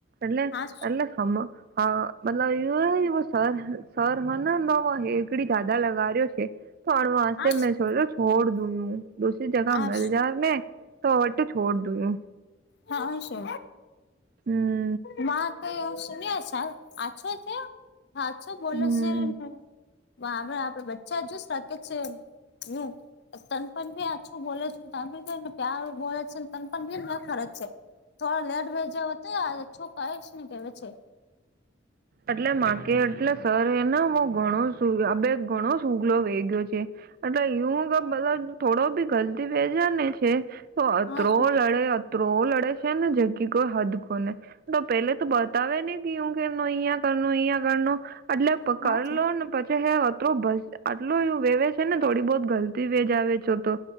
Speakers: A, on the right (about 50°); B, on the left (about 60°).
A: એટલે એટલે
B: હા
A: હમ હા મતલબ એ વો સર સર બને તો હેગડી દાદા લગાડ્યો કે પણ હોતે
B: હા
A: મેં જોયું છોડ દુંયું દુસરી જગા મિલ
B: હા
A: જામે તો અઠે છોડ દુયુ
B: હા સે
A: હમમ
B: ના કઈ સુન્યો છે આછો થ્યો હા છું બોલો
A: હમ
B: સે ને આપ આપડે બચ્ચા જૂસ રાખે છેે નું તનપન બી આછું બોલે છે તમીન પ્યાર બોલે છેને તનપન બીન ના ખરજ છે. થોડો લેટ ભે જા હોતો આ છોક ને કે વ છે.
A: એટલે માકે એટલે સર એને હ ઘણો આ બે ઘણો સુુગલો વેટ્યો છે. એટલે યુતો બધા થોડો બી ગલતી વેજા ની છે અત્રો
B: હા શું
A: લડે આ ત્રો લડે છે ને જે કી કોઈ હદકો ન તો પેલે તો બતાવે ને કયું કે અહિયાં અહીં આગળ નો એટલે
B: હા
A: કર
B: છે
A: લો ને પછી હે તો બસ આટલ એવું વેવે છે ને થોડી બહત ગલતી વેજ આવેે છે તો